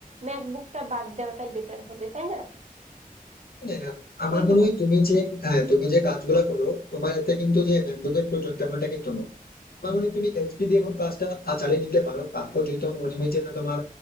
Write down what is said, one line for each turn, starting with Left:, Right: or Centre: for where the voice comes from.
Right: ম্যাকবুকটা বাদ দেওয়াটাই বেটার হবে তাই না
Left: হ্যাঁ, আমার
Right: তুমি
Left: মনে
Right: কি বলো
Left: হয় তুমি যে হ্যাঁ, তুমি যে কাজগুলো করো তোমার এতে কিন্তু যে ম্যাকবুকের প্রয়োজন তেমনটা কিন্তু নয় আমার মনে হয় তুমি এইচপি দিয়ে এখন কাজটা আহ, চালিয়ে নিতে পারো তারপর যদি তোমার মনে হয় যে না তোমার